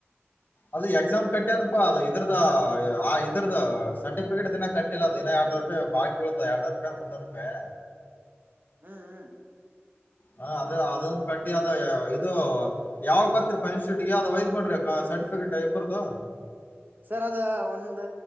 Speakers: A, on the left; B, on the right.
A: ಅದು ಎಕ್ಸಾಮ್ ಕಟ್ಟೆನಪಾ ಅದು ಇದ್ರದ ಆ ಇದ್ರದ ಸರ್ಟಿಫಿಕೇಟ್ ಇದಿನ ಕಟ್ಟಿಲ್ಲ ಏನ ಇರನೂರು ಬಾಲಾಕಿಳದಾ ಇರನೂ ರಪಿ ಮುನ್ನೂ ರಪಾಯ
B: ಹ್ಮ್ ಹ್ಮ
A: ಹ ಅದ ಅದೊಂದು ಕಟ್ಟಿ ಅದ
B: ಹ್ಮ್
A: ಇದು ಯಾವಾಗ ಬರ್ತ್ರಿ ಇನ್ಸ್ಟೂಟ್ ಯಾವ್ದ್ ಒಯದ್ ಬಿಡ್ರಿ ಸರ್ಟಿಫಿಕೇಟ್ ಇಬ್ಬರ್ದು
B: ಸರ್ ಅದ ಒಂದ್